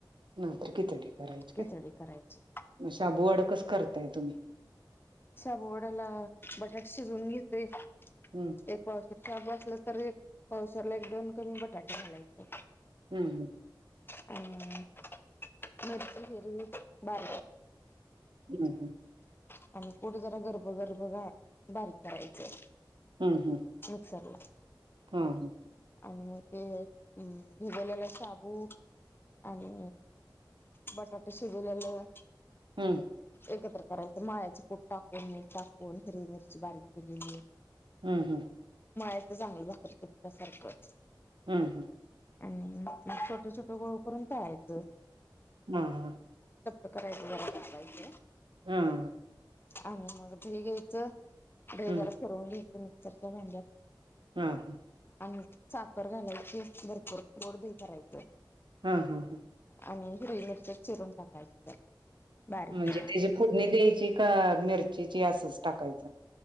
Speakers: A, on the right; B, on the left.
A: नाही तर किचडी करायचे
B: खिचडी करायची
A: मग शाबूवाड कच करताय तुम्ही
B: साबू वड्याला बटाटा शिजवून घेतेय
A: हम्म
B: एक पावशेर शाबूत असल तरी तर एक पावशेरला एक दोन कमी बटाटे घालायचे.
A: हम्म हम्म.
B: हम. <unintelligible> बाय.
A: हम्म
B: <unintelligible> आणि कुठं जरा गर्भगर्भगा बारीक करायचं.
A: हम्म हम्म
B: मिक्सरला
A: हम्म हम्म.
B: आणि मग ते अ भिजलेला साबू आणि.. बटाटे शिजवलेलं
A: हम्म
B: एकत्र करायचं मलायचे. कुठ टाकून मीठ टाकून हिरवी मिरची बारीक केलेली.
A: हम्म हम्म.
B: माळ्याचं चांगलं भाकरीच सारखंच.
A: हम्म हम्म
B: आणि छोटं छोटं गोळ करून टळायचं.
A: हा ह.
B: चपटे करायचे जरा. <unintelligible>
A: हम्म
B: आणि मग दही घ्यायचं दही
A: हा
B: जरा
A: हं.
B: फी रवून घ्यायचं मिक्सरच्या भांड्यात.
A: हा हा.
B: आणि साखर घालायची भरपूर गोड दही करायच.
A: हम्म हम्म.
B: आणि हिररी मिरच चिरून टाकायची त्यात. बारीक
A: म्हणजे त्याची फोरणी दयची का मिरचीची असंच टाकायचं.